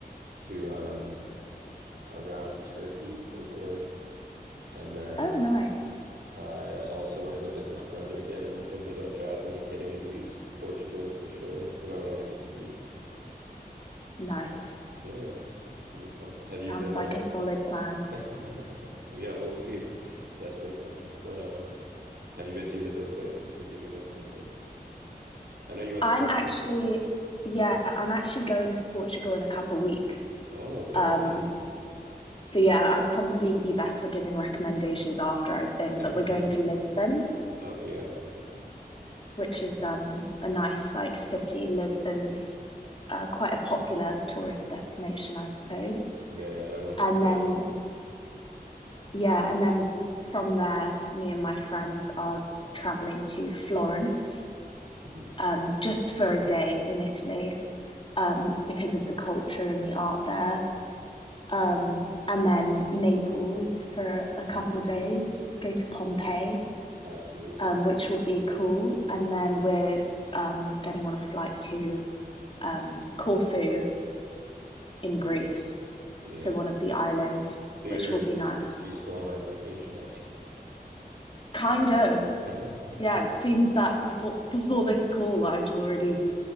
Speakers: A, on the right; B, on the left.
A: to um around Turkey for work, and then
B: Oh, nice.
A: I also want to go visit my brother again, and we're thinking about traveling and hitting at least Portugal for sure, and I want to get to Greece. So
B: Nice.
A: yeah, should be fun. Have
B: Sounds
A: you been?
B: like
A: Uh,
B: a solid plan.
A: <laughs> yeah, we'll see. Best laid plans, but um, have you been to either of those places? Can you give me like some tips? I know you went
B: I'm
A: to Portugal.
B: actually, yeah, I'm actually going to Portugal in a couple weeks.
A: Oh, okay.
B: Um,
A: Lucky you. Nice.
B: so yeah, I'd probably be better giving recommendations after I've been,
A: <laughs>
B: but we're going to Lisbon,
A: Okay, yeah, for sure.
B: which is um a nice like city. Lisbon's uh, quite a popular tourist destination, I suppose.
A: Yeah, yeah, everyone suggested.
B: And then yeah, and then from there, me and my friends are traveling to Florence,
A: hmm
B: um, just for a day in Italy. um, because of the culture and the art there. Um, and then Naples for a couple
A: Mm,
B: days, go to Pompeii,
A: absolutely.
B: um, which will be cool. And then we're um, getting on a flight to um, Corfu in Greece,
A: Okay. Yes,
B: so one of
A: yes.
B: the islands,
A: So
B: which
A: you're,
B: will be nice.
A: so you stole my vacation idea.
B: Kind of.
A: <laughs>
B: Yeah, it seems that before <laughs> before this call, i would already